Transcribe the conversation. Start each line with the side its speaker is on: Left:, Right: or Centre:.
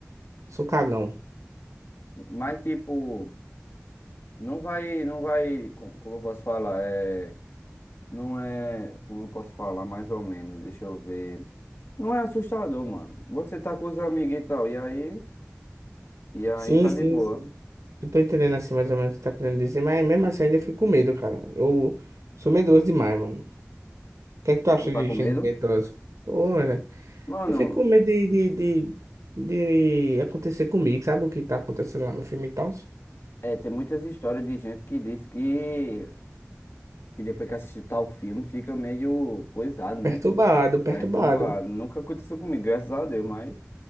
Right: Sou cagão.
Left: mas tipo, não vai, não vai, co- como eu posso falar? É, não é, como eu posso falar mais ou menos, deixa eu ver. Não é assustador, mano. Você tá com os amigos e tal, e aí, e aí
Right: Sim,
Left: tá
Right: sim,
Left: de boa.
Right: sim. Eu tô entendendo assim mais ou menos o que tá querendo dizer, mas mesmo assim eu ainda fico com medo, cara. Eu sou medroso demais, mano. O que é que tu acha
Left: Tu
Right: de
Left: tá com
Right: gente
Left: medo?
Right: medrosa? Pô, velho.
Left: Mano,
Right: Eu fico com medo de, de, de, de acontecer comigo, sabe o que tá acontecendo lá no filme e tal?
Left: é, tem muitas histórias de gente que diz que, que depois que assiste tal filme fica meio coisado, né?
Right: Perturbado, perturbado.
Left: Perturbado. Nunca aconteceu comigo, graças a Deus, mas